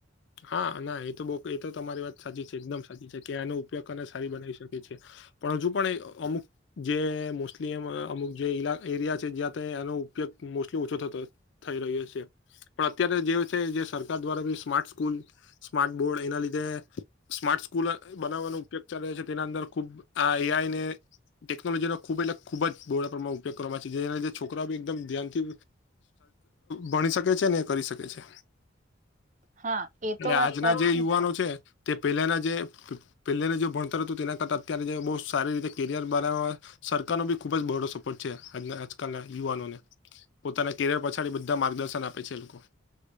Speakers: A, on the left; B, on the right.
A: હા ના એ તો બો એ તો તમારી વાત સાચી છે. એકદમ સાચી છે કે એનો ઉપયોગ કરીને સારી બનાવી શકીએ છે. પણ હજુ પણ એ અમુક જે મોસ્ટલી એમાં અમુક જે ઇલા એરિયા છે. જ્યાં તો એનો ઉપયોગ મોસ્ટલી ઓછો થતો થઈ ગયો. <unintelligible> પણ અત્યારે જે છે, જે સરકાર દ્વારા બી સ્માર્ટ કુલ સ્માર્ટ બોર્ડ એના લીધે સ્માર્ટ સ્કૂલ બનાવવાનો ઉપયોગ ચાલે છે. તેના અંદર ખુબ આ એ આઈ ની ટેકનોલોજીનો ખૂબ એટલે ખૂબ જ બો બધા પ્રમાણ ઉપયોગ કરવામાં આવે છે. જેના લીધે છોકરાઓ એકદમ ધ્યાનથી ભણી શકે છે ને કરી શકે છે.
B: હા એ તો
A: ને આજના
B: વાત સાચી
A: જે યુવાનો છે તે પહેલાના જે પહેલાના જે ભણતર હતું તેના કરતા અત્યારે જે બૌ સારી રીતે કેરિયર બનાવવા સરકારનો બી ખુબ જ બહોળો સપોર્ટ છે આજના આજકાલના યુવાનોને. પોતાના કેરિયર પછાડી બધા માર્ગદર્શન આપે છે.